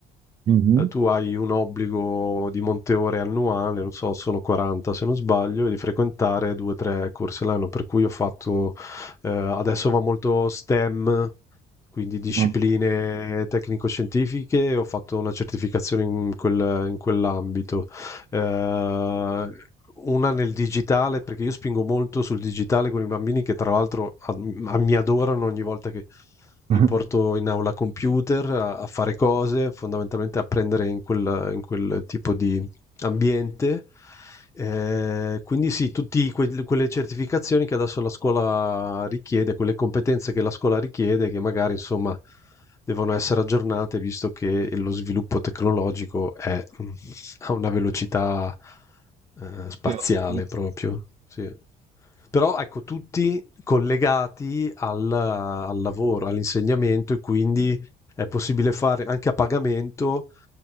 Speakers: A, on the right; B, on the left.
A: Mhm.
B: eh, tu hai un obbligo di monte ore annuale, non so, sono 40 se non sbaglio, e di frequentare due o tre corsi all'anno, per cui ho fatto, eh, adesso va molto STEM, quindi discipline
A: No.
B: tecnico-scientifiche, ho fatto una certificazione in quel- in quell'ambito Ehm, una nel digitale, perché io spingo molto sul digitale con i bambini che tra l'altro ad a mi adorano ogni volta che
A: <laughs>
B: li porto in aula computer a a fare cose, fondamentalmente a prendere in quel in quel tipo di ambiente. Ehm, quindi sì, tutti quel quelle certificazioni che adesso la scuola richiede, quelle competenze che la scuola richiede, che magari insomma devono essere aggiornate visto che lo sviluppo tecnologico è, mhmm, <laughs> a una velocità, ehm, spaziale
A: Sì, assolutamente.
B: proprio. Sì. Però ecco, tutti collegati al, al lavoro, all'insegnamento e quindi è possibile fare anche a pagamento,